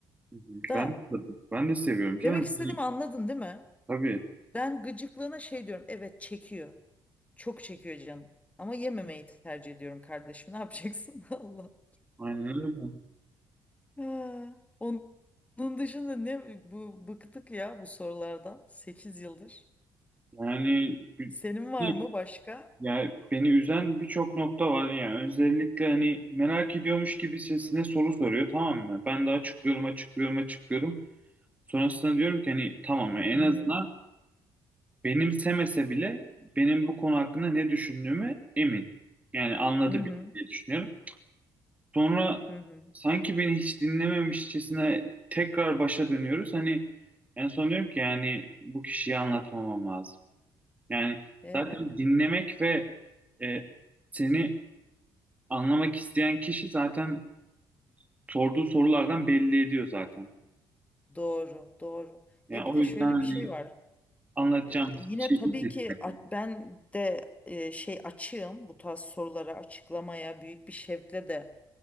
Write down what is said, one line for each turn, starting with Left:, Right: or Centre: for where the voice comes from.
Right: Hı hı.
Left: Da
Right: Ben de tadım. Ben de seviyorum canım.
Left: demek istediğimi
Right: Hani,
Left: anladın değil mi?
Right: tabii.
Left: Ben gıcıklığına şey diyorum. Evet çekiyor. Çok çekiyor canım. Ama yememeyi tercih ediyorum kardeşim. Ne yapacaksın? <laughs> Allah.
Right: Aynen öyle.
Left: Ha, Onun dışında ne bu bıktık ya bu sorulardan. sekiz yıldır.
Right: Yani bir-
Left: Senin var
Right: bir-
Left: mı başka?
Right: ya beni üzen birçok nokta var. Yani özellikle hani merak ediyormuş gibi sesine soru soruyor tamam mı? Ben de açıklıyorum, açıklıyorum, açıklıyorum. Sonrasında diyorum ki hani tamam en
Left: Hı hı.
Right: azından benimsemese bile benim bu konu hakkında ne düşündüğümü emin. Yani anladı
Left: Hı hı.
Right: bile diye düşünüyorum. Sonra
Left: Hı hı.
Right: sanki beni hiç dinlememişçesine tekrar başa dönüyoruz. Hani en son diyorum ki yani bu kişiyi anlatmamam lazım. Yani
Left: Evet.
Right: zaten dinlemek ve e, seni anlamak isteyen kişi zaten sorduğu sorulardan belli ediyor zaten.
Left: Doğru, doğru.
Right: Yani
Left: Ya bir
Right: o
Left: de
Right: yüzden
Left: şöyle
Right: hani
Left: bir şey var.
Right: anlatacağım
Left: Ee, Yine
Right: şey
Left: tabii
Right: ilk ettik
Left: ki a- ben de e, şey açığım bu tarz sorulara açıklamaya büyük bir şevkle de